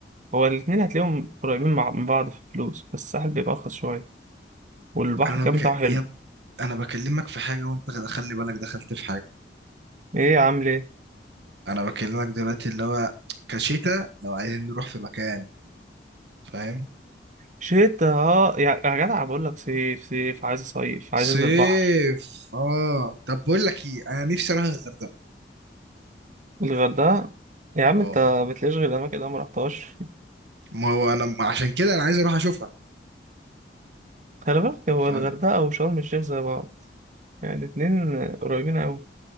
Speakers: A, on the right; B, on the right.
A: هو الاتنين هتلاقيهم قريبين مع من بعض في الفلوس بس الساحل بيبقى ارخص شوية والبحر
B: انا
A: كان
B: بك...
A: بتاعه حلو
B: يا ب... انا بكلمك في حاجه وانت خلي بالك دخلت في حاجه
A: ايه يا عم ليه
B: انا بكلمك دلوقتي اللي هو كشتا لو عايزين نروح في مكان فاهم
A: شتا اه يا يا جدع بقول لك صيف صيف عايز صيف عايز
B: صيف
A: انزل البحر
B: اه طب بقول لك ايه انا نفسي اروح الغردقه
A: الغردقة يا عم
B: اه
A: انت بتلاقيش غير الاماكن اللي انا مرحتهاش
B: ما هو انا عشان كده انا عايز اروح اشوفها
A: خلي بالك هو
B: فاهم
A: الغردقة وشرم الشيخ زي بعض يعني الاتنين قريبين اوي